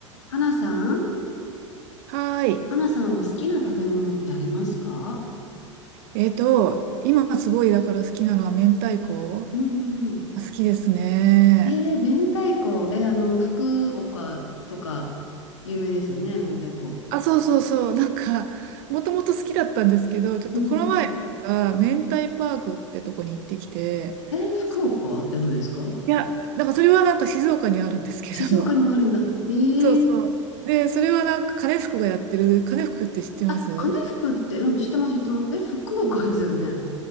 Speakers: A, on the left; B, on the right.
A: 花さん
B: はーい。
A: 花さんは好きな食べ物ってありますか
B: えっと、今すごいだから好きなのは明太子
A: うんうん
B: 好きですね。
A: うん。えー、明太子。えー、あの、福岡とか有名ですよね、明太子。
B: あ、そうそうそう。なんか、もともと好きだったんですけど、ちょっとこの前、
A: うんうん
B: なんか、明太パークってとこに行ってきて、
A: うん。えー、福岡じゃないですか
B: そいや、なんかそれはなんか静岡にあるんですけど、
A: 静岡にもあるんだ。えー、
B: <laughs> そうそう。で、それはなんか、金福がやってる、金福って知ってます
A: あ、金福って、うん、知ってます、知ってます。え、福岡ですよね。
B: うん
A: う